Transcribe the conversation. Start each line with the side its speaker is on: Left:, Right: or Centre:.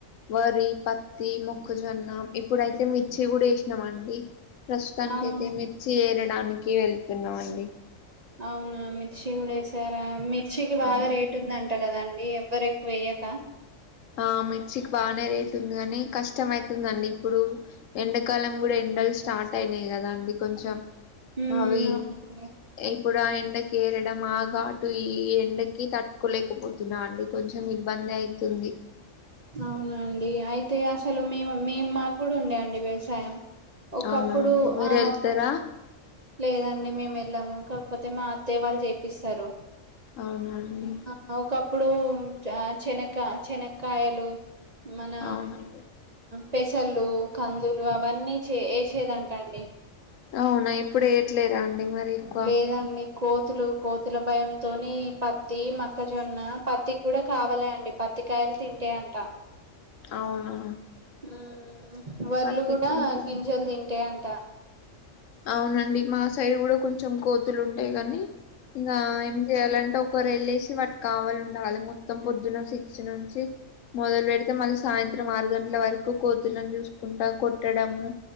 Left: వరి పత్ తీ మొక్కజొన్న ఇప్పుడైతే మిర్చి కూడా వేసినామ అండి ప్రస్తుతానికి
Right: అవును
Left: అయితే మిర్చి డానికి వెళ్తున్నామ అండి
Right: అవునా మీ శివుడు వేశారా మిర్చికి బాగా
Left: అవునా
Right: రేటు ఉంది అంట కదండి ఎవ్వరు ఎక్కువ వెయ్యక
Left: ఆ మిర్చికి బాగానే రేట్ ఉంది కానీ కష్టమ అవుతుందండి ఇప్పుడు ఎండాకాలం కూడా ఎండలు స్టార్ట్ అయినాయి కదా అండి కొంచెం
Right: ఉమ్
Left: అవి
Right: అవునండి
Left: ఇప్పుడు ఆ ఎండ కేరడం ఆ ఘటు ఈ ఎండకి తట్టుకోలేకపోతున్నా అండి కొంచెం ఇబ్బంది అవుతుంది
Right: అవునండి అయితే అసలు మేము మేము మాకు కూడా ఉండే అండి వ్యవసాయం ఒకప్పుడు
Left: అవునండి మీరు
Right: ఆ
Left: వెళ్తారా
Right: లేదండి మేము వెళ్ళాము ఒక కపోతే మా అత్తయ్య వాళ్ళు చేపిస్తారు
Left: అవునా అండి
Right: ఆ ఒకప్పుడు చెనకా చెనక కాయలు మన
Left: అవునండి
Right: పెసళలు కందులు అవన్నీ చే వేసేదింటాండి
Left: అవునా ఇప్పుడు ఏయట్లేరా అండి మరి ఎక్కువ
Right: లేదండి కోతులు కోతుల భయంతోని పత్తి మక్కజొన్న పత్తికి కూడా కావాలి అండి పత్తికాయలు తింటే అంట
Left: అవునా
Right: ఆ వర్లు
Left: పత్తి
Right: కూడా
Left: గుంజుడు
Right: గింజలు తిం అట్టే అంత
Left: అవునండి మా సైడ్ కూడా కొంచెం కోతులు ఉంటాయి గానీ ఇంగా ఏం చేయ్యాలంటే ఒకరు వెళ్ళేసి వాటి కావాల ఉండాలి మొత్తం పొద్దున సిక్స్ నుంచి మొదలు పెడితే మళ్ళీ సాయంత్రం ఆరు గంటల వరకు కో తులను చూసుకుంటా కొట్టడము